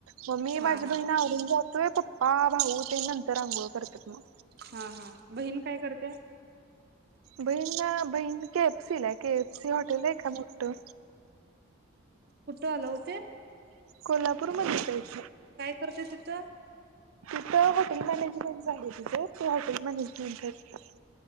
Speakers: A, on the right; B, on the right.
A: मग मी
B: हा
A: माझी बहीण
B: हा
A: आवरुन जातोय पप्पा भाऊ ते नंतर आंघोळ करत्यात मग
B: हा हा बहीण काय करत्या
A: बहीण बहीण के एफसीला आहे के एफसी हॉटेल आहे का मोठं
B: कुठ आल ओ ते
A: कोल्हापूर मध्ये जायच
B: करते तिथं
A: तिथ हॉटेल मॅनेजमेंट झालंय तिचं ती हॉटेल मॅनेजमेंट करत्या